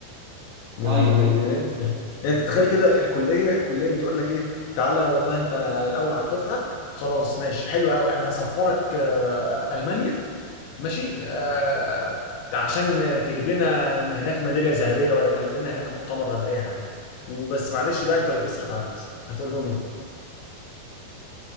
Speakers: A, on the left; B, on the right.
A: يعني
B: ايوه ايوه
A: يعني
B: ايوه
A: يعني تتخيل كده الكليه الكليه بتقول لك ايه تعالى والله انت الاول على الدفعه خلاص ماشي حلو قوي انا هسفرك آه، المانيا ماشي آه عشان تجيب لنا من هناك ميداليه ذهبيه ولا تعمل لنا هناك مؤتمر ولا اي حاجه وبس معلش بقى انت اللي تصرف على نفسك هتقول لهم ايه؟